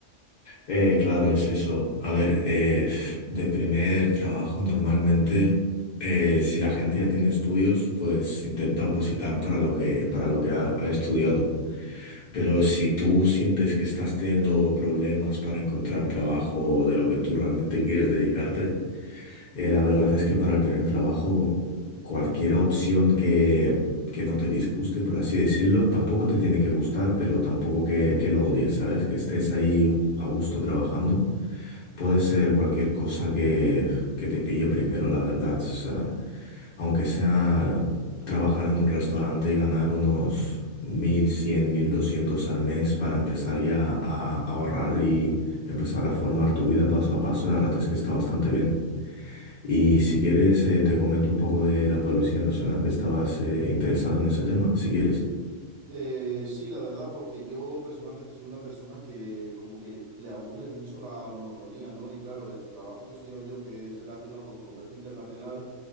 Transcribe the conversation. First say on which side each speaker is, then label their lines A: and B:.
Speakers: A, on the left (about 60°); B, on the right (about 70°).
A: Eh, claro, es eso. A ver, eh, de primer trabajo normalmente, eh, si la gente ya tiene estudios, pues intenta opositar para lo que, para lo que ha, ha estudiado. Pero si tú sientes que estás teniendo problemas para encontrar trabajo de lo que tú realmente quieres dedicarte, eh, la verdad es que para el primer trabajo, cualquier opción que, que no te disguste, por así decirlo, tampoco te tiene que gustar, pero tampoco que, que lo odies, ¿sabes? Que estés ahí a gusto trabajando Puede ser cualquier cosa que, que te pille primero, la verdad. O sea, aunque sea trabajar en un restaurante y ganar unos mil cien mil doscientos al mes para empezar ya a ahorrar y empezar a formar tu vida paso a paso, la verdad es que está bastante bien. Y si quieres, eh, te comento un poco de la Policía Nacional que estabas eh, interesado en ese tema, si quieres.
B: Eh, sí, la verdad, porque yo personalmente soy una persona que como que le aburre mucho la monotonía, ¿no? Y claro, el trabajo que he estudiado yo, que es relacionado con comercio internacional,